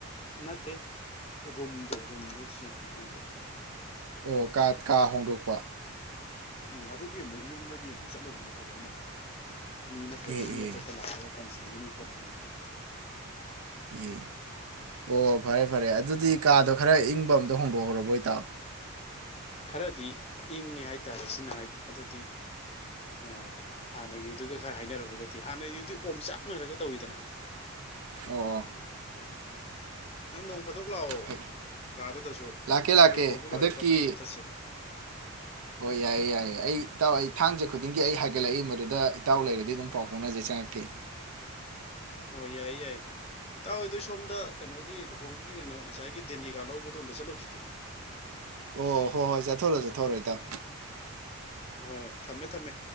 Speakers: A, on the left; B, on the right.
A: ꯅꯠꯇꯦ ꯔꯨꯝꯗꯣ ꯔꯨꯝꯗ <unintelligible> ꯆ ꯍꯣꯡꯗꯣꯛꯄ
B: ꯑꯣꯥ ꯀꯥ ꯀꯥ ꯍꯣꯡꯗꯣꯛꯄ
A: ꯎꯝ ꯑꯗꯨꯒꯤ ꯑꯃꯨꯛ ꯌꯨꯝꯗꯒꯤ ꯑꯃꯨꯛ ꯆꯠꯂꯨꯔꯤꯅꯦ ꯊꯑꯣꯏꯅ ꯃꯤ ꯅꯠꯇ꯭ꯔꯗꯤ
B: ꯑꯦ
A: ꯃꯤ
B: ꯑꯦ
A: ꯑꯇꯣꯞꯄ ꯂꯥꯛꯑꯒ ꯀꯟꯁꯤꯟꯈꯤꯅꯤ ꯈꯣꯠꯈꯤꯅꯤꯅ
B: ꯑꯦ ꯑꯣ ꯐꯔꯦ ꯐꯔꯦ ꯑꯗꯨꯗꯤ ꯀꯥꯗꯣ ꯈꯔ ꯏꯪꯕ ꯑꯝꯇ ꯍꯣꯡꯗꯣꯛꯍꯧꯔꯕ ꯏꯇꯥꯥꯎ
A: ꯈꯔꯗꯤ ꯏꯪꯉꯦ ꯍꯥꯏꯇꯥꯔꯦ ꯁꯤꯅ ꯑꯗꯨꯗꯤ ꯑ ꯍꯥꯟꯅꯒꯤꯗꯨꯒ ꯈꯔ ꯍꯥꯏꯅꯔꯨꯔꯒꯗꯤ ꯍꯥꯟꯅꯒꯤꯗꯨꯗꯤ ꯑꯣꯝ ꯆꯥꯛꯅꯔꯒ ꯇꯧꯋꯤꯗꯅ
B: ꯑꯣ ꯑꯣ
A: ꯑꯦ ꯅꯣꯡ ꯐꯥꯗꯣꯛ ꯂꯥꯛꯑꯣ
B: ꯐꯩ
A: ꯀꯥꯗꯨꯗꯁꯨ ꯑꯩꯈꯣꯏ
B: ꯂꯥꯛꯀꯦ ꯂꯥꯛꯀꯦ
A: ꯂꯨꯍꯣꯡꯕ ꯂꯣꯏꯔꯒ
B: ꯍꯟꯗꯛꯀꯤ
A: ꯄꯨꯂꯞ ꯆꯠꯁꯦ
B: ꯍꯣꯏ ꯌꯥꯏꯌꯦ ꯌꯥꯏꯌꯦ ꯑꯩ ꯏꯇꯥꯎ ꯑꯩ ꯊꯥꯡꯖꯦ ꯈꯨꯗꯤꯡꯒꯤ ꯑꯩ ꯍꯥꯏꯒꯠꯂꯛꯏ ꯃꯗꯨꯗ ꯏꯇꯥꯎ ꯂꯩꯔꯗꯤ ꯑꯗꯨꯝ ꯄꯥꯎ ꯐꯥꯎꯅꯖꯩ ꯆꯪꯉꯛꯀꯦ
A: ꯑꯣ ꯌꯥꯏꯌꯦ ꯌꯥꯏꯑꯦ ꯇꯥꯎ ꯑꯗꯨ ꯁꯣꯝꯗ ꯀꯩꯅꯣꯒꯤ ꯂꯨꯍꯣꯡꯕꯒꯤ ꯀꯩꯅꯣ ꯉꯁꯥꯏꯒꯤ ꯗꯤꯟ ꯀꯩꯀꯥ ꯂꯧꯕꯗꯣ ꯑꯝꯇ ꯆꯠꯂꯨꯈꯤꯒꯦ
B: ꯑꯣ ꯍꯣꯏ ꯍꯣꯏ ꯆꯠꯊꯔꯣ ꯆꯠꯊꯣꯔꯣ ꯏꯇꯥꯥꯎ
A: ꯍꯣꯏ ꯊꯝꯃꯦ ꯊꯝꯃꯦ